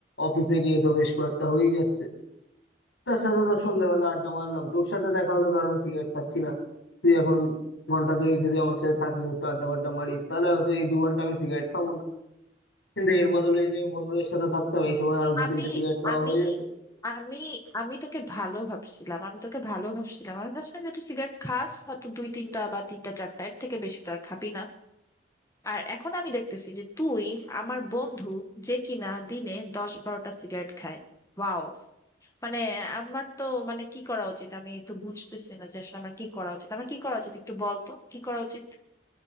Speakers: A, on the left; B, on the left.
A: অফিসে গিয়ে তো বেশ কয়েকটা হয়েই যাচ্ছে তার সাথে ধর সন্ধ্যাবেলা আড্ডা মারলাম তোর সাথে দেখা হলো ধর আমি সিগারেট খাচ্ছি না তুই এখন ঘন্টা দুয়েক যদি আমার সাথে থাকিস একটু আড্ডা বাড্ডা মারিস তাহলে হয়তো এই দু ঘন্টা আমি সিগারেট খাবো না কিন্তু এর বদলে যদি আমি বন্ধুদের সাথে থাকতাম এই সময় আরো দু
B: আমি
A: তিনটে সিগারেট খাওয়া
B: আমি
A: হয়ে যেত
B: আমি আমি তোকে ভালো ভাবছিলাম আমি তোকে ভালো ভাবছিলাম আমি ভাবছিলাম যে তুই সিগারেট খাস হয়তো দুই তিনটা বা তিনটা চারটা এর থেকে বেশি তো আর খাবি না আর এখন আমি দেখতেছি যে তুই আমার বন্ধু যে কিনা দিনে দশ বারোটা সিগারেট খায় ওয়াও মানে আমার তো মানে কি করা উচিত আমি তো বুঝতেছি না যে আসলে আমার কি করা উচিত আমার কি করা উচিত একটু বল তো কি করা উচিত